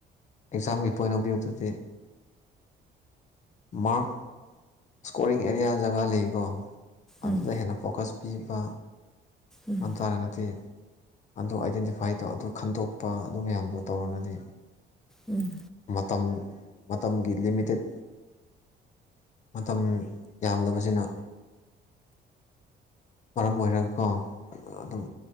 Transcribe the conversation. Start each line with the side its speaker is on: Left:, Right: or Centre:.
Left: ꯑꯦꯛꯖꯥꯝꯒꯤ ꯄꯣꯏꯟ ꯑꯣꯐ ꯚ꯭ꯌꯨꯗꯗꯤ ꯃꯥꯔꯛ ꯏꯁꯀꯣꯔꯤꯡ ꯑꯦꯔꯤꯌꯥ ꯖꯒꯥ ꯂꯩꯀꯣ ꯑꯗꯨꯗ
Centre: ꯎꯝ
Left: ꯍꯦꯟꯅ ꯐꯣꯀꯁ ꯄꯤꯕ
Centre: ꯎꯝ
Left: ꯑꯗꯨꯟ ꯇꯥꯔꯒꯗꯤ ꯑꯗꯨ ꯑꯥꯏꯗꯦꯟꯇꯤꯐꯥꯏ ꯇꯧ ꯑꯗꯨ ꯈꯟꯗꯣꯛꯄ ꯑꯗꯨ ꯃꯌꯥꯝꯗꯣ ꯇꯧꯔꯒꯗꯤ
Centre: ꯎꯝ
Left: ꯃꯇꯝ ꯃꯇꯝꯒꯤ ꯂꯤꯃꯤꯇꯦꯠ ꯃꯇꯝ ꯌꯥꯝꯗꯕꯁꯤꯅ ꯃꯔꯝ ꯑꯣꯏꯔꯒꯀꯣ ꯑꯗꯨꯝ